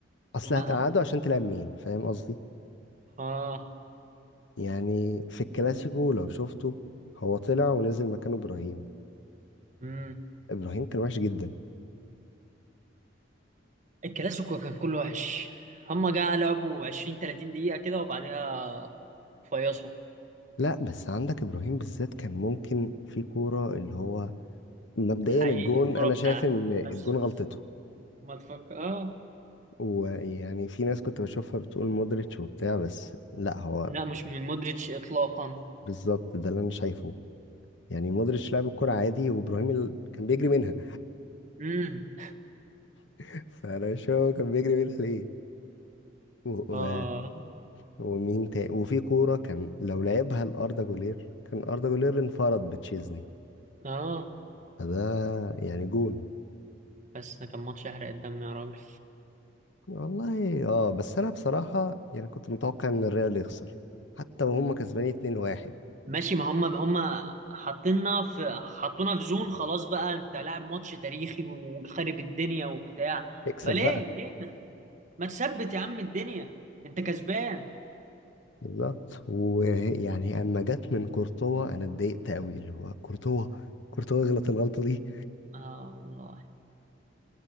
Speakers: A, on the left; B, on the right.
A: اصل
B: ما
A: هتقعده عشان تلعب مين فاهم قصدي
B: اه
A: يعني في الكلاسيكو لو شفته هو طلع ونزل مكانه ابراهيم
B: امم
A: ابراهيم كان وحش جدا
B: الكلاسيكو كان كله وحش هما جا لعبوا 20 30 دقيقة كده وبعدها فيصوا
A: لا بس عندك ابراهيم بالذات كان ممكن في كورة اللي هو مبدئيا
B: حقيقي
A: الجون
B: الكرة
A: انا
B: بتاعتي
A: شايف ان
B: بس
A: الجون غلطته
B: بس ما تفكر اه
A: ويعني في ناس كنت بشوفها بتقول مودريتش وبتاع بس لا هو
B: لا مش من مودريتش اطلاقا
A: بالظبط ده اللي انا شايفه يعني مودريتش لعب الكرة عادي وابراهيم ال... كان بيجري منها
B: امم
A: <laughs> فانا مش فاهم هو كان بيجري منها ليه و...
B: اه
A: و... ومين تاني وفي كورة كان لو لعبها لأردا جولير كان أردا جولير انفرد بتشيزني
B: اه
A: فده يعني جون
B: بس ده كان ماتش يحرق الدم يا راجل
A: والله اه بس انا بصراحة يعني كنت متوقع ان الريال يخسر حتى وهم كسبانين 2-1
B: ماشي ما هم هم حاطيننا في حطونا في زون خلاص بقى انت لاعب ماتش تاريخي وخارب الدنيا وبتاع
A: اكسب
B: فليه
A: بقى
B: ليه ما تثبت يا عم الدنيا انت كسبان
A: بالظبط ويعني اما جت من كورتوا انا اتضايقت قوي اللي هو كورتوا كورتوا غلط الغلطه دي
B: اه والله